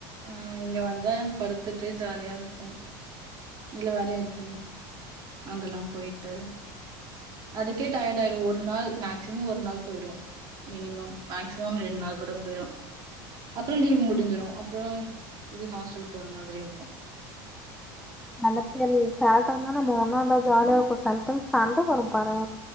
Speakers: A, on the right; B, in the centre.
A: ம் இங்க வந்து படுத்துட்டு ஜாலியா இருப்போ இதுல வேற எப்டி அங்கெல்லாம் போய்ட்டு அதுக்கே டயர்ட் ஆயிரு ஒரு நாள் மேக்சிமம் ஒரு நாள் போய்டு மினிமம் மேக்சிமம் ரெண்ட் நாள் கூட போய்டு அப்புறோ லீவ் முடிஞ்சிரு அப்புறோ இது ஹாஸ்ட்டல் போற மாதிரி இருக்கு
B: அலச்சல் சேலத்துல இருந்தா நம்ம ஒன்னா இருந்தா ஜாலியா இருக்கு சம்டைம் சண்ட வரு பாரே